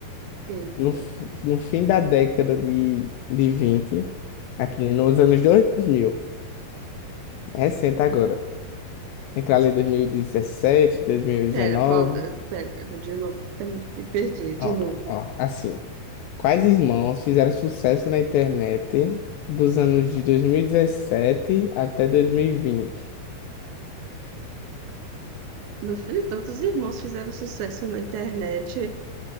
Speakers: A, on the right (about 75°); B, on the left (about 85°).
A: Eita.
B: no, fi- no fim da década de, de vinte? aqui nos anos 2000? Recente agora. Entre ali dois dois mil mil e dezessete, dois mil e 2019.
A: Pera, volta. Pera, de novo. Pera, me perdi, de
B: Ó,
A: novo.
B: ó, assim. Quais irmãos fizeram sucesso na internet dos anos de 2017 até 2020?
A: Meu filho, tantos irmãos fizeram sucesso na internet.